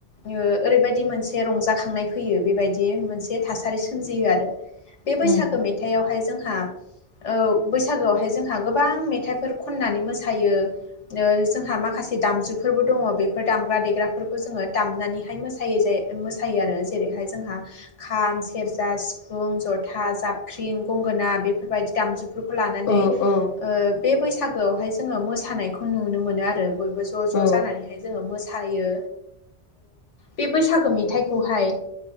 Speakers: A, on the left; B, on the left.
A: ओरैबायदि मोनसे रंजाखांनाय फैयो बेबायदि मोनसे थासारि सोमजियो आरो बे
B: उम
A: बैसागो मेथाइयावहाय जोंहा ओ बैसागोआवहाय जोंहा गोबां मेथाइफोर खननानै मोसायो जोंहा मा खासे दामजुफोरबो दङ बेफोर दामग्रा देग्राफोरखौ जोङो दामनानैहाय मोसायो जे मोसायो आरो जेरैहाय जोंहा खाम सेरजा सिफुं जथा जाबख्रिं गंगोना बेफोरबायदि दामजुु बेफोरखौ लानानै
B: औ
A: ओ
B: औ
A: बे बैसागोआवहाय जोङो मोसानायखौ नुनो मोनो आरो बय ज' ज'
B: औ
A: जानानैहाय जोङो मोसायो बे बैसागो मेथाइखौहाय